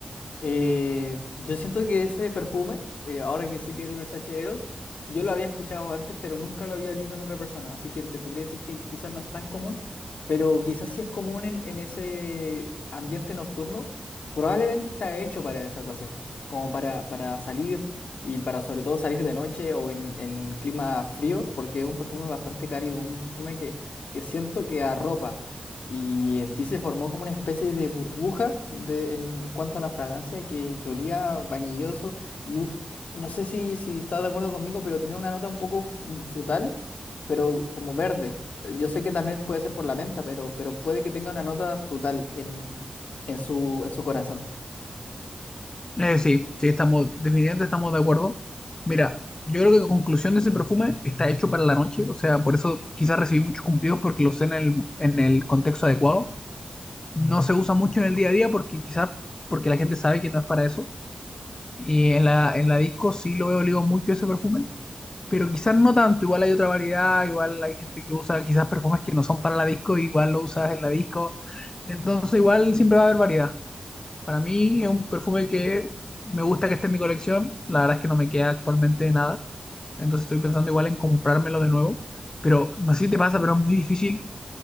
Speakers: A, on the left (about 85°); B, on the left (about 30°).
A: Eh, yo siento que ese perfume, eh, ahora que sé que es el Versace Eros, yo lo había escuchado antes, pero nunca lo había olido en otra persona. Así que te podría decir que quizás no es tan común, pero quizás sí es común en, en ese ambiente nocturno. Probablemente está hecho para esa ocasión, como para, para salir y para sobre todo salir de noche o en, en clima frío, porque es un perfume bastante cálido, un perfume que, que siento que arropa. Y en ti se formó como una especie de burbuja de, en cuanto a la fragancia que, que olía vanilloso. Y u- y no sé si, si estás de acuerdo conmigo, pero tiene una nota un poco f- mm, frutal, pero como verde. Eh, Yo sé que también puede ser por la menta, pero, pero puede que tenga una nota frutal en, en su, en su corazón.
B: Eh, sí, sí, estamos, definitivamente estamos de acuerdo. Mira, yo creo que la conclusión de ese perfume está hecho para la noche. O sea, por eso quizás recibí muchos cumplidos porque lo usé en el, en el contexto adecuado. no se usa mucho en el día a día porque quizás porque la gente sabe que no es para eso. Y en la, en la disco sí lo he olido mucho ese perfume, pero quizás no tanto. Igual hay otra variedad, igual hay gente que usa quizás perfumes que no son para la disco, igual lo usas en la disco. Entonces igual siempre va a haber variedad. Para mí es un perfume que me gusta que esté en mi colección. La verdad es que no me queda actualmente nada. Entonces estoy pensando igual en comprármelo de nuevo. Pero no sé si te pasa, pero es muy difícil